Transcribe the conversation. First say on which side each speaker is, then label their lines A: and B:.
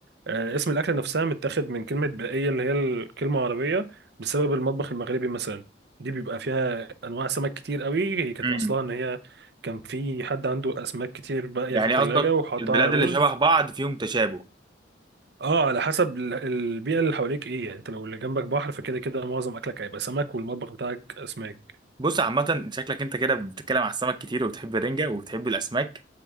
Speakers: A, on the right; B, on the right.
A: آه اسم الاكله نفسها متاخد من كلمه باقيه اللي هي الكلمه عربيه بسبب المطبخ المغربي مثلا دي بيبقى فيها انواع سمك كتير قوي هي كانت
B: مم.
A: اصلها ان هي كان في حد عنده اسماك كتير باقيه
B: يعني
A: في التلاجة
B: قصدك
A: وحطها
B: البلاد
A: رز
B: اللي شبه بعض فيهم تشابه
A: اه على حسب ال- البيئة اللي حواليك ايه يعني انت لو اللي جنبك بحر فكده كده معظم اكلك هيبقى سمك والمطبخ بتاعك اسماك
B: بص عامة شكلك انت كده بتتكلم على السمك كتير وبتحب الرنجة وبتحب الأسماك